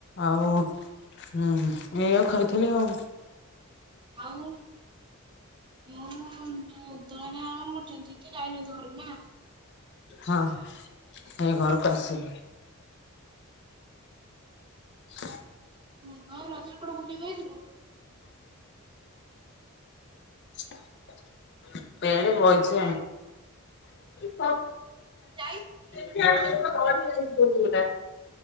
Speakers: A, on the left; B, on the right.
A: ଆଉ। ହୁଁ ଏଇ ଆକୁ ଖାଇଥିଲି ଆଉ।
B: ଆଉ। ମୁଁ ତୁ ଏଇନା କଣ କରୁଚୁ <unintelligible> ଯାଇନୁ ତୁ ଘରକୁ ନା।
A: ହଁ ଏଇ ଘରକୁ ଆସିଲି। ହ।
B: ଉଁ ଉଁ ଆଉ ରଜରେ କୁଆଡ଼େ ବୁଲିବାକୁ ଯାଇଥିଲୁ?
A: <unintelligible> ବଇଚି ଆଉ।
B: ତୁ ଯାଇନୁ।
A: <unintelligible>